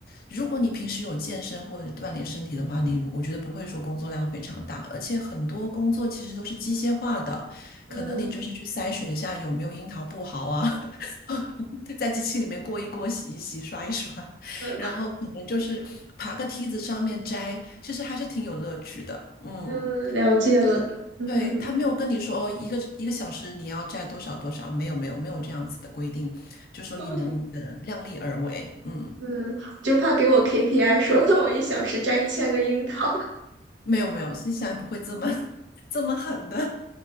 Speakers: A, on the left; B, on the right.
A: 如果你平时有健身或者锻炼身体的话，你我觉得不会说工作量非常大，而且很多工作其实都是机械化的，
B: 嗯
A: 可能你就是去筛选一下有没有樱桃不好啊，<laughs> 在机器里面过一过、洗一洗、刷一刷，
B: 呃
A: 然后可能就是爬个梯子上面摘，其实还是挺有乐趣的。嗯。
B: 嗯，了解了。嗯
A: 对，他没有跟你说哦，一个一个小时你要摘多少多少，没有没有没有这样子的规定，就说你能呃量力而为，
B: <laughs>
A: 嗯，
B: 嗯，我就怕给我 KPI 说让我一小时摘一千个樱桃，
A: 没有没有，新西兰不会这么
B: <laughs>
A: <laughs> 这么狠的，